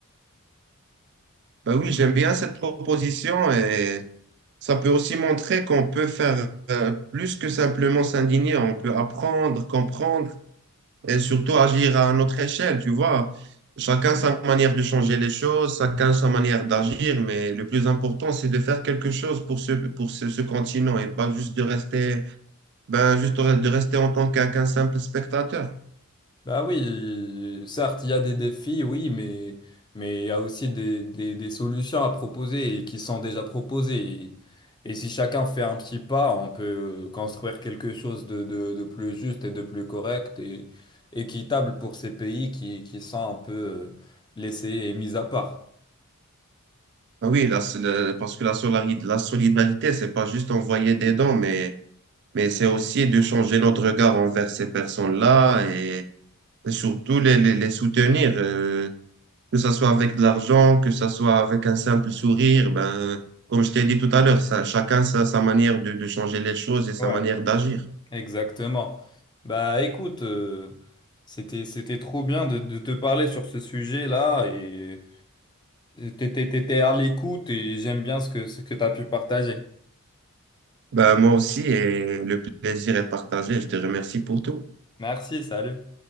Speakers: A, on the right; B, on the left.
A: Ben oui, j'aime bien cette proposition et ça peut aussi montrer qu'on peut faire euh, plus que simplement s'indigner, on peut apprendre, comprendre et surtout agir à notre échelle, tu vois. Chacun sa manière de changer les choses, chacun sa manière d'agir, mais le plus important, c'est de faire quelque chose pour ce, pour ce, ce continent et pas juste de rester, ben, juste de rester en tant qu'un qu'un simple spectateur.
B: Bah oui, certes, il y a des défis, oui, mais, mais il y a aussi des, des, des solutions à proposer et qui sont déjà proposées. Et, et si chacun fait un petit pas, on peut construire quelque chose de, de, de plus juste et de plus correct et équitable pour ces pays qui, qui sont un peu euh, laissés et mis à part.
A: Ah Oui, la- le- parce que la solidarité, la solidarité, c'est pas juste envoyer des dons, mais, mais c'est aussi de changer notre regard envers ces personnes-là et surtout les, les, les soutenir. euh, que ça soit avec de l'argent, que ça soit avec un simple sourire, ben, comme je t'ai dit tout à l'heure, ça, chacun sa, sa manière de, de changer les choses et sa
B: Ouais.
A: manière d'agir.
B: Exactement. Bah écoute, euh, c'était c'était trop bien de, de te parler sur ce sujet-là et t'étais t'étais à l'écoute et j'aime bien ce que ce que t'as pu partager.
A: Ben, moi aussi, et le plaisir est partagé. Je te remercie pour tout.
B: Merci, salut.